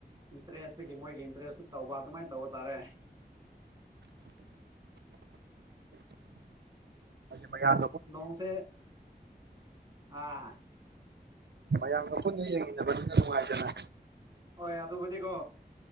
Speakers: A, on the right; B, on the right.
A: ꯏꯟꯇꯔꯦꯁꯇꯨꯒꯤ ꯃꯣꯏꯒꯤ ꯏꯟꯇꯔꯦꯁꯇꯨ ꯇꯧꯕ ꯑꯗꯨꯃꯥꯏꯅ ꯇꯧꯕ ꯇꯥꯔꯦ
B: ꯃꯌꯥꯝ
A: ꯅꯣꯡꯁꯦ ꯑꯥ
B: ꯃꯌꯥꯝꯒ ꯄꯨꯟꯅ ꯌꯦꯡꯃꯤꯟꯅꯕꯅꯤꯅ ꯅꯨꯡꯉꯥꯏꯗꯅ
A: ꯍꯣꯏ ꯑꯗꯨꯕꯨꯗꯤꯀꯣ